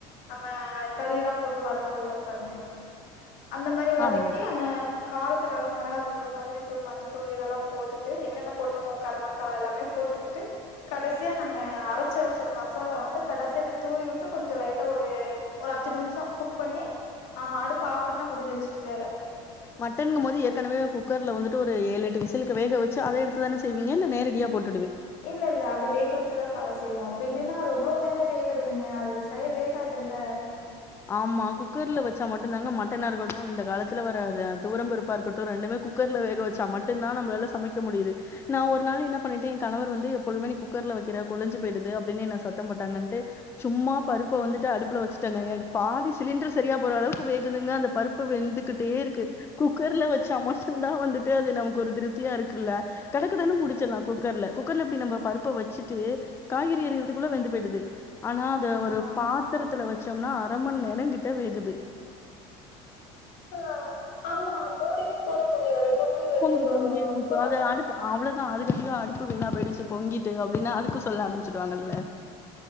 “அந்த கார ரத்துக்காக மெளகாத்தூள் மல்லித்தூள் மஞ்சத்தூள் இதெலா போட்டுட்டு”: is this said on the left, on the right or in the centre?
Left